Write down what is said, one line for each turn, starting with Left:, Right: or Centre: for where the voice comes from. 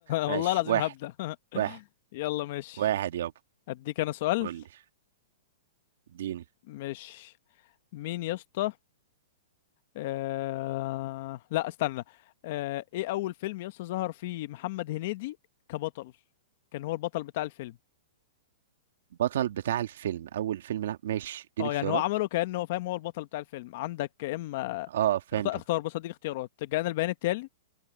Right: ماشي
Left: والله العظيم
Right: واحد
Left: هبدأ <laughs>
Right: واحد
Left: يلا ماشي
Right: واحد يابا
Left: اديك انا سؤال
Right: قول لي اديني
Left: ماشي مين يا اسطى آه... لا استنى آه... ايه اول فيلم يسطا ظهر فيه محمد هنيدي كبطل كان هو البطل بتاع الفيلم
Right: بطل بتاع الفيلم اول فيلم لا ماشي اديني
Left: اه
Right: اختيارات
Left: يعني هو عمله كأنه هو فاهم هو البطل بتاع الفيلم عندك يا اما
Right: اه فهمتك
Left: اختار اختار بص اديك اختيارات جاءنا البيان التالي